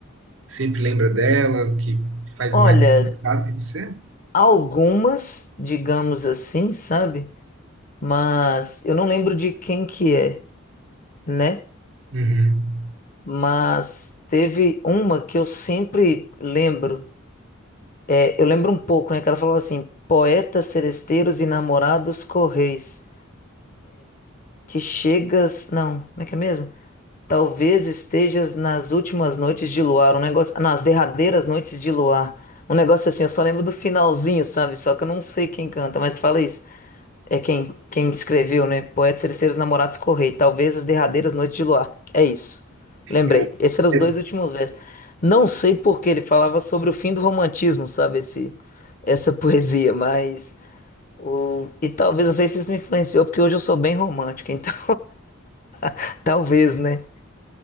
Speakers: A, on the right (about 65°); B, on the left (about 40°).
A: Sempre lembra dela, que faz
B: Olha,
A: mais significado para você?
B: algumas, digamos assim, sabe? Mas eu não lembro de quem que é. né?
A: Uhum.
B: Mas teve uma que eu sempre lembro. É, eu lembro um pouco, né? Que ela falou assim: poetas, seresteiros e namorados correis, que chegas. Não, como é que é mesmo? Talvez estejas nas últimas noites de luar, um negócio. ah, Não, as derradeiras noites de luar. Um negócio assim, eu só lembro do finalzinho, sabe? Só que eu não sei quem canta, mas fala isso. É quem, quem escreveu, né? Poetas Terceiros Namorados Correi. Talvez as derradeiras noites de luar. É isso. Lembrei.
A: Mas,
B: Esses eram os
A: é,
B: dois últimos versos. Não sei por que ele falava sobre o fim do romantismo, sabe? Esse, essa poesia, mas. O, e talvez, não sei se isso me influenciou, porque hoje eu sou bem romântico, então. <laughs> Talvez, né?